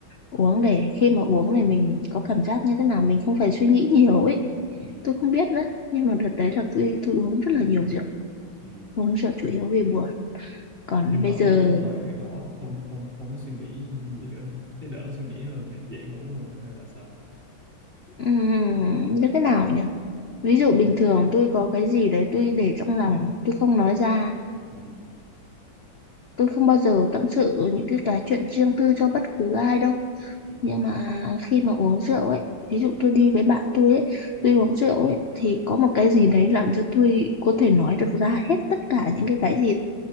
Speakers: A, on the left; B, on the right.
A: uống để khi mà uống thì mình có cảm giác như thế nào mình không phải suy nghĩ nhiều ấy
B: ừ
A: tôi không biết nữa nhưng mà đợt đấy là tôi tôi uống rất là nhiều rượu
B: ừ
A: uống rượu chủ yếu vì buồn còn
B: nhưng mà
A: bây
B: uống
A: giờ
B: vô là đỏ không không không có suy nghĩ gì nữa hả? thế đỡ suy nghĩ hơn hay dễ ngủ hơn hay là sao
A: ừm, như thế nào nhỉ ví dụ bình thường tôi có cái gì đấy tôi để trong lòng tôi không nói ra
B: ừ
A: tôi không bao giờ tâm sự những cái cái chuyện riêng tư cho bất cứ ai đâu
B: ừ
A: nhưng mà khi mà uống rượu ấy ví dụ tôi đi với bạn tôi ấy tôi
B: ừ
A: uống rượu ấy thì có một cái gì đấy làm cho tôi có thể nói được ra hết tất cả những cái cái gì